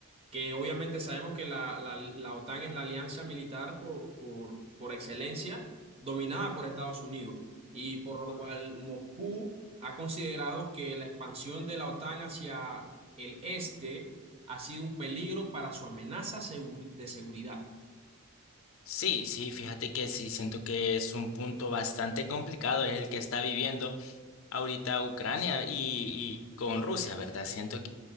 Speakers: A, on the right (about 25°); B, on the left (about 60°).
A: que obviamente sabemos que la, la- la OTAN es la alianza militar por, por, por excelencia dominada por Estados Unidos y por lo
B: Por-
A: cual Moscú ha considerado que la expansión de la OTAN hacia el este ha sido un peligro para su amenaza seguri- de seguridad.
B: Sí, sí, fíjate que sí, siento que es un punto bastante complicado, es el que está viviendo ahorita Ucrania y, y con Rusia, ¿verdad? Siento